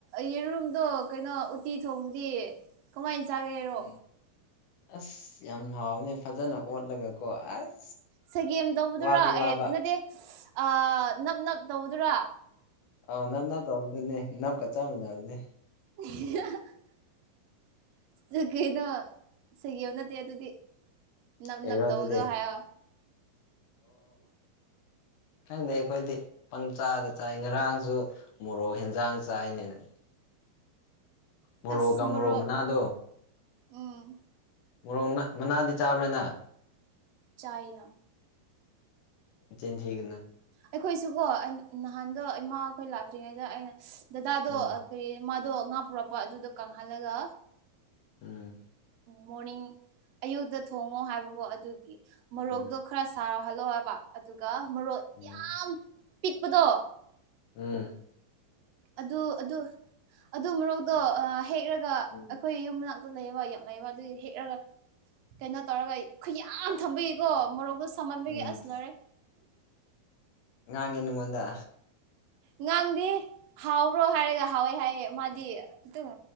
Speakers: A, on the right; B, on the left.
A: ꯌꯦꯔꯨꯝꯗꯣ ꯀꯩꯅꯣ ꯎꯇꯤ ꯊꯣꯡꯕꯗꯤ ꯀꯃꯥꯏꯅ ꯆꯥꯒꯦꯔꯣ
B: ꯎꯝ ꯑꯁ ꯌꯥꯝ ꯍꯥꯎꯕꯅꯦ ꯐꯖꯅ ꯑꯣꯠꯂꯒꯀꯣ ꯑꯁ
A: ꯁꯒꯦꯝ ꯇꯧꯕꯗꯨꯔꯥ
B: ꯋꯥꯗꯤ ꯋꯥꯕ
A: ꯑꯦ ꯅꯠꯇꯦ ꯑ ꯅꯞ ꯅꯞ ꯇꯧꯕꯗꯨꯔꯥ
B: ꯑꯥꯎ ꯅꯞ ꯅꯞ ꯇꯧꯕꯅꯦ ꯅꯞꯀ ꯆꯞ ꯃꯥꯟꯅꯕꯅꯦ
A: <unintelligible> ꯁꯒꯩꯅꯣ ꯁꯒ ꯑꯃ ꯅꯠꯇꯦ ꯑꯗꯨꯗꯤ ꯅꯞ
B: ꯀꯩꯔꯣ
A: ꯅꯞ ꯇꯧꯕꯗꯣ
B: ꯑꯗꯨꯗꯤ
A: ꯍꯥꯏꯌꯣ
B: ꯈꯈꯤꯗꯩ ꯑꯩꯈꯣꯏꯗꯤ ꯄꯪꯆꯥꯥꯗ ꯆꯥꯏ ꯉꯔꯥꯡꯁꯨ ꯃꯣꯔꯣꯛ ꯌꯦꯟꯖꯥꯡ ꯆꯥꯏꯅꯦꯅꯦ ꯃꯣꯔꯣꯛꯀ
A: ꯑꯁꯃꯣꯔꯣ
B: ꯃꯣꯔꯣꯛ ꯃꯅꯥꯗꯣ
A: ꯎꯝ
B: ꯃꯣꯔꯣꯡ ꯃꯅꯥꯗꯤ ꯆꯥꯕ꯭ꯔꯥꯅ
A: ꯆꯥꯏꯅꯥ
B: ꯃꯆꯤꯟ ꯊꯤꯒꯅꯨ
A: ꯑꯩꯈꯣꯏꯁꯨꯀꯣ ꯅꯍꯥꯟꯗꯣ ꯏꯃꯥ ꯈꯣꯏ ꯂꯥꯛꯇ꯭ꯔꯤꯉꯩꯗ ꯑꯩꯅ ꯗꯗꯥꯗꯣ
B: ꯎꯝ
A: ꯀꯔꯤ ꯃꯥꯗꯣ ꯉꯥ ꯄꯨꯔꯛꯄ ꯑꯗꯨꯗꯣ ꯀꯪꯍꯜꯂꯒ
B: ꯎꯝ
A: ꯃꯣꯔꯅꯤꯡ ꯑꯌꯨꯛꯇ ꯊꯣꯡꯉꯣ ꯍꯥꯏꯕꯀꯣ ꯑꯗꯨꯒꯤ ꯃꯣꯔꯣꯛꯗꯣ
B: ꯎꯝ
A: ꯈꯔ ꯁꯥꯍꯜꯂꯣ ꯍꯥꯏꯕ ꯑꯗꯨꯒ ꯃꯣꯔꯣꯛ
B: ꯎꯝ
A: ꯌꯥꯝ ꯄꯤꯛꯄꯗꯣ
B: ꯎꯝ
A: ꯑꯗꯨ ꯑꯗꯨ ꯑꯗꯨ ꯃꯣꯔꯣꯛꯗꯣ ꯍꯦꯛꯂꯒ
B: ꯎꯝ
A: ꯑꯩꯈꯣꯏ ꯌꯨꯝꯅꯥꯛ ꯂꯩꯑꯦꯕ ꯌꯥꯝ ꯂꯩꯑꯦꯕ ꯑꯗꯨ ꯍꯦꯛꯑꯒ ꯀꯩꯅꯣ ꯇꯧꯔꯒ ꯈꯨꯌꯥꯝ ꯊꯝꯕꯒꯤꯀꯣ ꯃꯣꯔꯣꯛꯇꯣ ꯁꯃꯥꯟꯕꯒꯤ
B: ꯎꯝ
A: ꯑꯁ ꯂꯣꯢꯔꯦ
B: ꯉꯥꯡꯉꯦ ꯅꯉꯣꯟꯗ
A: ꯉꯥꯡꯗꯦ ꯍꯥꯎꯕ꯭ꯔꯣ ꯍꯥꯏꯔꯒ ꯍꯥꯎꯋꯦ ꯍꯥꯎꯑꯦ ꯃꯥꯗꯤ ꯑꯗꯨꯝ